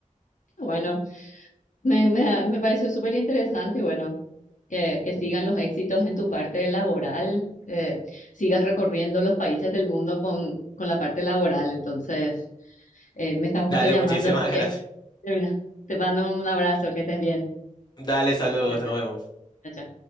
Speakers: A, on the left; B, on the left.
A: Bueno, me, me, me pareció súper interesante y bueno, que, que sigan los éxitos en tu parte laboral, que sigas recorriendo los países del mundo con, con la parte laboral. Entonces, eh, me están justo
B: Dale,
A: llamando,
B: muchísimas
A: así que
B: <laughs> gracias.
A: termina. Te mando un abrazo, que estés bien.
B: Dale, saludos,
A: Chao,
B: nos
A: chao.
B: vemos.
A: chao, chao.